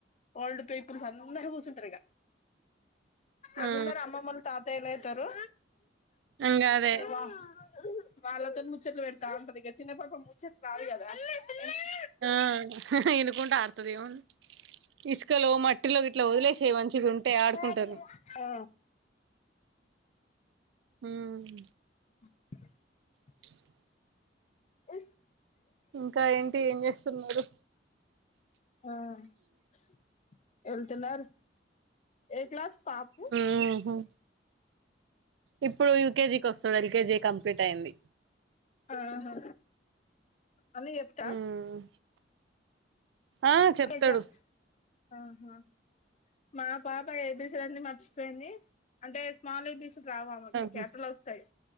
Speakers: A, on the left (about 40°); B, on the right (about 75°).
A: ఓల్డ్ పీపుల్స్ అందరు కూసుంటారు ఇక అందరు
B: ఆ
A: అమ్మమ్మలు తాతయ్యలు అ అమ్మ అయితారు
B: ఇంగ అదే
A: వా వాళ్ళతో ముచ్చట్లు పెడతా ఉంటంది ఇక చిన్నపాప ముచ్చట్ రాదు కదా అం అం అమ్మ
B: ఆ హ్మ్ ఇనుకుంట ఆడతాది ఇసు ఇసుకలో మట్టిలో ఇట్లా వదిలేసే మంచిగా ఉంటే ఆడుకుంటారు
A: ఆ
B: ఉమ్
A: <inaudible>
B: <inaudible>
A: ఆ
B: ఇంకా ఏంటి ఏం చేస్తున్నారు
A: ఆ స్ వెళ్తున్నారు ఏ క్లాస్ పాపు
B: హ్మ్ హు ఇప్పుడు యూకేజికి వస్తాడు ఎల్కేజీ కంప్లీట్ అయింది
A: ఆహా అని చెప్తా
B: ఉమ్ ఆ చెప్తాడు
A: అదే చెప్ ఆహా మా పాప ఏబీసీలన్నీ మర్చిపోయింది అంటే స్మాల్ ఏబీసి రావామెకి
B: ఆహా
A: క్యాపిటల్ వస్తాయి